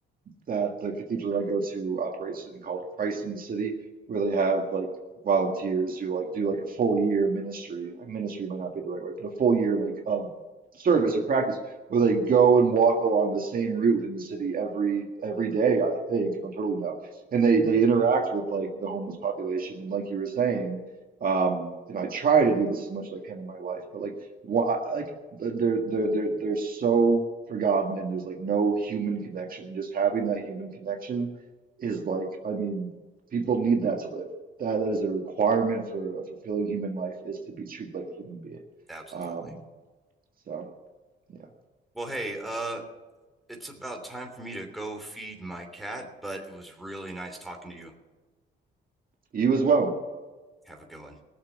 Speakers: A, on the right; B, in the centre.
A: that the cathedral that I go to operates something called Christ in the City, where they have like volunteers who like do like a full year ministry. Uh, Ministry might not be the right word, but a full year like of service or practice where they go and walk along the same route within the city every every day, I think, and I'm totally no. And they they interact with like the homeless population and like you were saying, um, and I try to do this as much as I can in my life, but like what they're they're they're they're so forgotten and there's like no human connection and just having that human connection is like I mean people need that to live that that is a requirement for a fulfilling human life is to be treated like a human being
B: absolutely
A: um so yeah
B: well hey uh it's about time for me to go feed my cat, but it was really nice talking to you.
A: you as well
B: Have a good one.